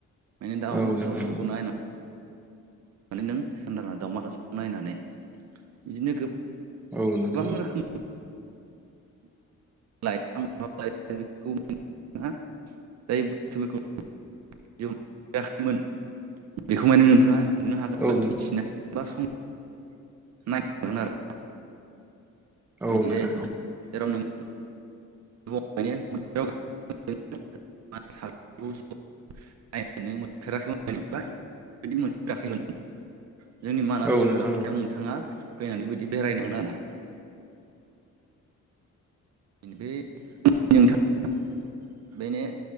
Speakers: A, on the right; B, in the centre.
A: माने दावउमा
B: औ नोंथां
A: दावसाफोरखौ नायनो माने नों हदाना दाउमा दासाखौ नायनानै बिदिनो
B: औ
A: गोबां
B: नोंथाङो
A: रोखोम लाइफ <unintelligible> <unintelligible> खैमोन बेखौ माने नोंथाङा नुनो हागोन बा
B: औ
A: मिथिनो बा स नायागोन आरो
B: नोंथां औ
A: बिदिाय
B: नोंथां
A: जेराव नों <unintelligible> <unintelligible> <inaudible> <unintelligible> <inaudible> नायनो मोनफेराखैमोन बायदि मोनफेराखैमोन जोंनि मानास
B: औ
A: हाग्रामायाव
B: नोंथां
A: नोंथाङा फैनानै बिदि बेरायनांगोन आरोना बे नोंथाङा बेनो